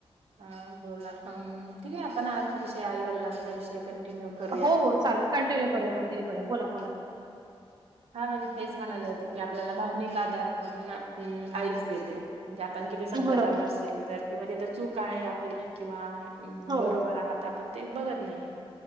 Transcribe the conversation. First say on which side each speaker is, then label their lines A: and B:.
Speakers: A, on the right; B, on the right.
A: हा बोला, अम ठीक आहे आपण हाच विषय आईवडलांचा विषय, कंटिन्यू करूयात.
B: हो हो चालेल कंटिन्यू करूया
A: हा
B: कंटिन्यू करूया बोला
A: हा.
B: बोला
A: हा म्हणजे तेच म्हणाले होते की, आपल्याला भावनिक आधार पण ना आईच देते. म्हणजे आपण किती संकटात
B: बरोबर
A: असेल तर, किंवा तिथ चूक आहे आपली किंवा
B: हो
A: बरोबर आहात. आपण ते बघत नाहीये